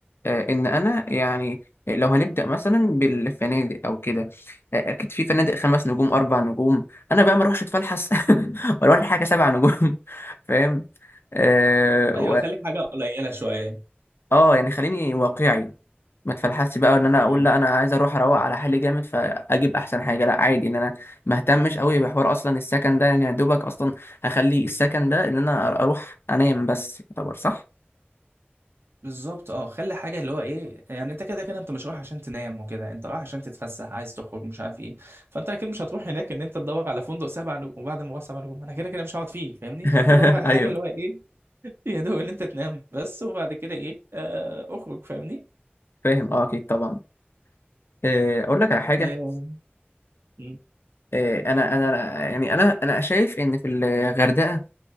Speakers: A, on the left; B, on the right.
A: آه، ان انا يعني لو هنبدا مثلا بالفنادق او كده آه، اكيد في فنادق خمس نجوم اربع نجوم انا بقى ما اروحش اتفلحس <laughs> واروح لحاجه سبع نجوم <laughs> فاهم أه
B: ايوه خليك حاجة قليلة شوية
A: اه يعني خليني واقعي ما تفلحش بقى ان انا
B: م-م.
A: اقول لا انا عايز اروح اروق على حالي جامد فاجيب احسن حاجه لا عادي ان انا ما اهتمش قوي بحوار اصلا السكن ده يعني يا دوبك اصلا هخلي السكن ده ان انا اروح انام بس يعتبر صح
B: بالظبط اه خلي حاجه اللي هو ايه يعني انت كده كده انت مش رايح عشان تنام وكده انت رايح عشان تتفسح عايز تخرج مش عارف ايه فانت اكيد مش هتروح هناك ان انت تدور على فندق سبع نجوم وبعد ما هو سبع نجوم انا كده كده مش هقعد فيه فاهمني
A: <laughs>
B: فانت دور على
A: ايوه
B: حاجه اللي هو ايه يا دوب ان انت تنام بس وبعد كده ايه آه اخرج فاهمني
A: فاهم اه اكيد طبعا آه، اقول لك على حاجه
B: آه. مم.
A: آه، انا انا يعني انا انا شايف ان في الغردقه